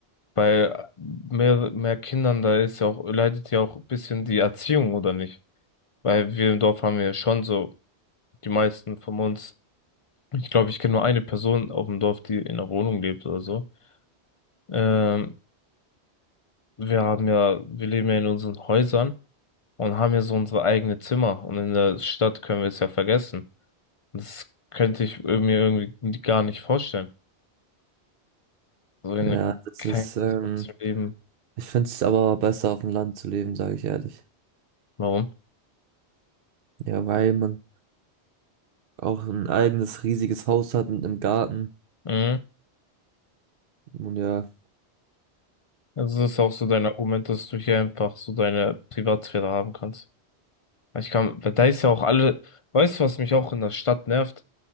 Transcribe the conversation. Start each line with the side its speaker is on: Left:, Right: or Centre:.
Left: bei mehr, mehr Kindern, da ist ja auch, leidet ja auch ein bisschen die Erziehung, oder nicht? Weil wir im Dorf haben ja schon so die meisten von uns. Ich glaube, ich kenne nur eine Person auf dem Dorf, die in einer Wohnung lebt oder so. Ähm, wir haben ja, wir leben ja in unseren Häusern und haben ja so unsere eigene Zimmer. Und in der Stadt können wir es ja vergessen. Und Das könnte ich mir irgendwie gar nicht vorstellen. So in
Right: Ja, ja,
Left: einem
Right: das
Left: kleinen
Right: ist, ähm,
Left: Zimmer zu leben.
Right: ich finde es aber besser auf dem Land zu leben, sage ich ehrlich.
Left: Warum?
Right: Ja, weil man auch ein eigenes riesiges Haus hat mit einem Garten.
Left: Mhm.
Right: Und ja,
Left: Also das ist auch so dein Argument, dass du hier einfach so deine Privatsphäre haben kannst. Ich kann, weil da ist ja auch alle, weißt du, was mich auch in der Stadt nervt?